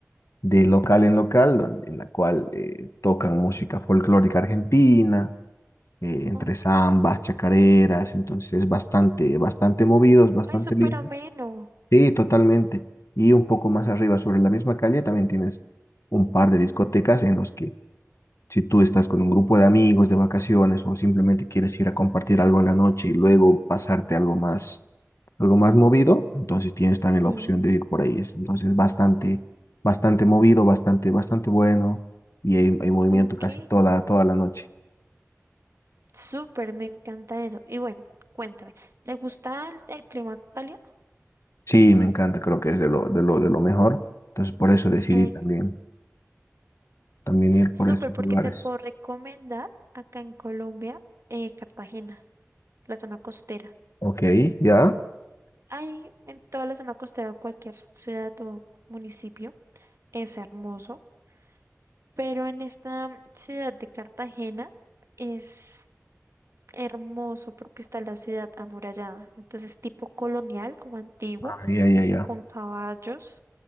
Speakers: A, on the left (about 65°); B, on the right (about 60°).
A: de local en local, don- en la cual eh, tocan música folclórica argentina eh, entre
B: ok.
A: zambas, chacareras, entonces bastante, bastante movidos, bastante
B: Ay, súper
A: lindo.
B: ameno.
A: Sí, totalmente. Y un poco más arriba sobre la misma calle también tienes un par de discotecas en los que si tú estás con un grupo de amigos de vacaciones o simplemente quieres ir a compartir algo en la noche y luego pasarte algo más, algo más movido, entonces tienes también
B: Sí,
A: la opción de ir por ahí. Es entonces bastante, bastante movido, bastante, bastante bueno y hay, hay movimiento
B: ok.
A: casi toda, toda la noche.
B: Súper, me encanta eso. Y bueno, cuéntame, ¿te gusta el, el clima cálido?
A: Sí, me encanta, creo que es de lo, de lo, de lo mejor. Entonces, por eso decidí
B: Eh,
A: también, también ir
B: súper,
A: por esos
B: porque
A: lugares.
B: te puedo recomendar acá en Colombia, eh, Cartagena, la zona costera.
A: Ok, ya,
B: Hay en toda la zona costera, cualquier ciudad o municipio, es hermoso, pero en esta mm, ciudad de Cartagena es hermoso porque está la ciudad amurallada, entonces tipo colonial, como antiguo,
A: Ah, ya, ya, ya.
B: con caballos